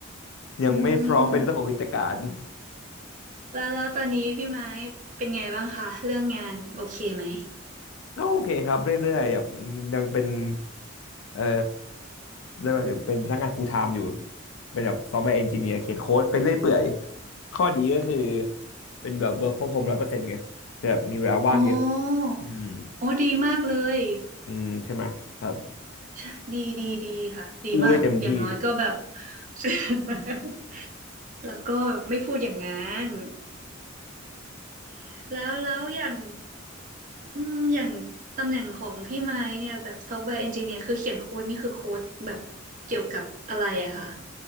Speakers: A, on the left; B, on the right.
A: ยังไม่พร้อมเป็นเจ้าของกิจการ
B: อืมแล้วแล้วตอนนี้พี่ไม้เป็นไงบ้างคะเรื่องงานโอเคไหม
A: ก็โอเคครับเรื่อยๆแบบยังเป็นเอ่อเรียกว่ายังเป็นพนักงาน full time อยู่เป็นแบบ Software Engineer เขียนโค้ดไปเรื่อยเปื่อยข้อดีก็คือเป็นแบบ work from home ร้อยเปอร์เซ็นต์ไงแแบบมีเวลาว่างเยอะ
B: อ๋อ
A: อืม
B: โอ้ดีมากเลย
A: อืมใช่ไหมครับ
B: ใช่ดีดีดีค่ะดีมากอย่างน้อยก็แบบ
A: อู้ได้เต็มที่
B: <laughs> แล้วก็ไม่พูดอย่างงั้น <laughs> แล้วแล้วอย่างอืมอย่างตำแหน่งของพี่ไม้เนี่ยแบบซอฟต์แวร์เอนจิเนียร์คือเขียนโค้ดนี่คือโค้ดแบบเกี่ยวกับอะไรอะคะ